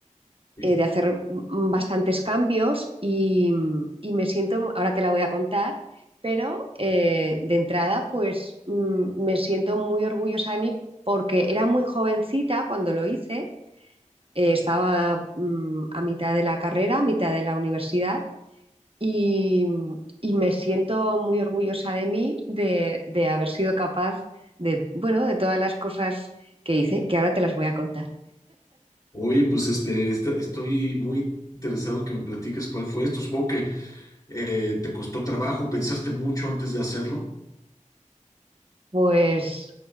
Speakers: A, on the left (about 25°); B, on the right (about 45°).
A: Sí.
B: eh, de hacer bastantes cambios y, y, me siento, ahora te la voy a contar, pero eh, de entrada pues mm, me siento muy orgullosa de mí porque era muy jovencita cuando lo hice, eh, estaba mm, a mitad de la carrera, a mitad de la universidad y, y me siento muy orgullosa de mí de, de haber sido capaz de, bueno, de todas las cosas que hice, que ahora te las voy a contar.
A: Oye, pues este, esta- estoy muy interesado en que me platiques cuál fue esto. Supongo que eh, te costó trabajo, pensaste mucho antes de hacerlo.
B: Pues